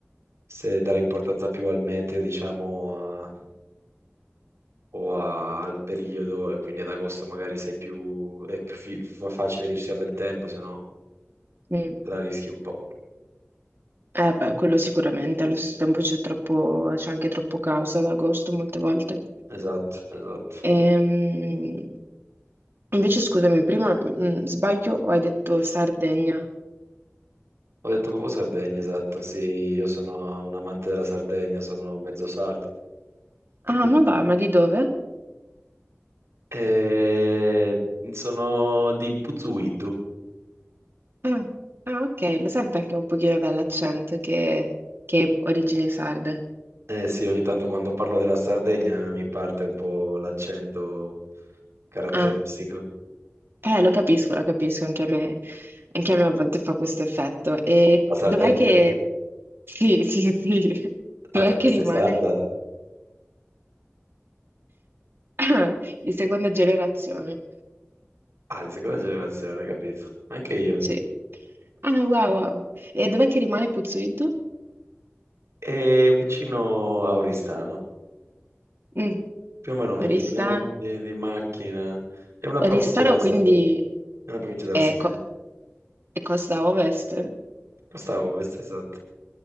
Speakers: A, on the right (about 80°); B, on the right (about 55°).
A: se dare importanza più al meteo, diciamo, o a- al periodo, e quindi ad agosto magari sei più, è più fi- fa- facile che ci sia bel tempo, se no
B: Mm.
A: te la rischi un po'.
B: Eh, beh, quello sicuramente. Allo stesso tempo c'è troppo, c'è anche troppo caos ad agosto molte volte.
A: Esatto, esatto.
B: Ehm, invece, scusami, prima, mm, sbaglio o hai detto Sardegna?
A: Ho detto proprio Sardegna, esatto. Sì, io sono un amante della Sardegna, sono mezzo sardo. E qui.
B: Ah, ma va, ma di dove?
A: Eh, sono di Puzzuidu.
B: Ah, ah, ok, lo sento anche un pochino dall'accento che, che è origini sarde.
A: Eh sì, ogni tanto quando parlo della Sardegna mi parte un po' l'accento caratteristico.
B: Ah, eh, lo capisco, lo capisco, anche a me, anche a me a volte fa questo effetto. E
A: La Sardegna?
B: dov'è che... <laughs> Sì, sì, sì, <laughs> dov'è
A: Ah, perché
B: che
A: sei
B: rimane
A: sarda?
B: <clears throat> di seconda generazione?
A: Ah, di seconda generazione, capito. Anche io.
B: Sì. Ah, wow, wow. E dov'è che rimane Puzzuidu?
A: È vicino a Oristano,
B: Mm,
A: più o meno 20
B: Oristano.
A: minuti di macchina. È una provincia
B: Oristano
A: della Sardegna.
B: quindi...
A: È una provincia della
B: Ecco.
A: Sardegna.
B: E costa a ovest?
A: Costa a ovest, esatto.